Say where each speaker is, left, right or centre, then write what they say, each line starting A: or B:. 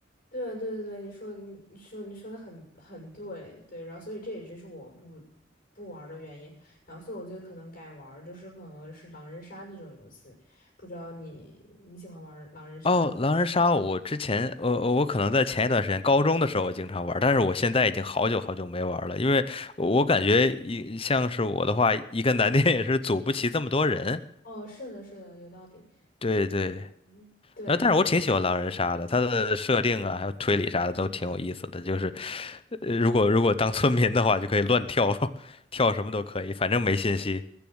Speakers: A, on the left; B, on the left.
A: 对对对，对，你说你你说你说的很很对，对，然后所以这也就是我不不玩儿的原因，然后所以我就可能改玩儿，就是可能是狼人杀这种游戏，不知道你你喜欢玩儿狼人杀吗？
B: 哦，狼人杀，我之前，呃，我可能在前一段时间，高中的时候我经常玩儿但是我现在已经好久好久没玩儿了，因为我感觉一像是我的话，一个难点也是组不齐这么多人。
A: 哦，是的，是的，有道理。
B: 对对，
A: 嗯，对，
B: 然后但是我挺喜欢狼人杀的，它的设定啊，还有推理啥的都挺有意思的，就是，呃，如果如果当村民的话，就可以乱跳，<laughs> 跳什么都可以，反正没信息。